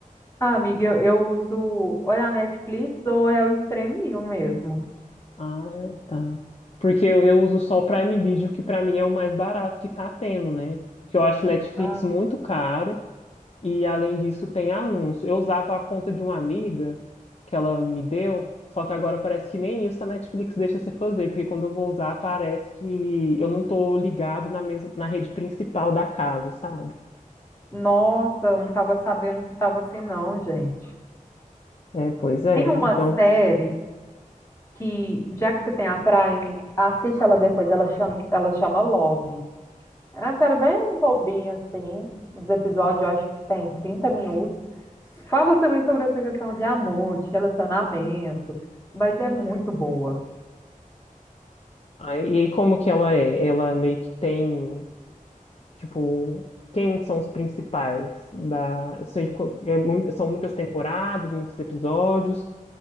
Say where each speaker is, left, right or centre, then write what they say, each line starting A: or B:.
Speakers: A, on the left; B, on the left.
A: Ah, amiga, eu, eu uso ou é a Netflix ou é o Streaminho mesmo.
B: Ah, é, tá. Porque eu, eu uso só o Prime Video, que pra mim é o mais barato que tá tendo, né? Porque eu acho Netflix
A: Ah,
B: muito caro e, além disso, tem anúncio. Eu usava a conta de uma amiga que ela me deu, só que agora parece que nem isso a Netflix deixa você fazer, porque quando eu vou usar, parece que eu não tô ligado na mesma, na rede principal da casa, sabe?
A: nossa, eu não estava sabendo que estava assim não, gente.
B: É, pois é.
A: Tem
B: Então,
A: uma série que, já que você tem a Prime, assiste ela depois, ela chama, ela chama Love. É uma série bem bobinha, assim. Os episódios eu acho que tem 30 minutos. Fala também sobre essa questão de amor, de relacionamento, mas é muito boa.
B: aí, e aí como que ela é? Ela meio que tem. Tipo, quem são os principais da... eu sei qual- é mui- são muitas temporadas, muitos episódios.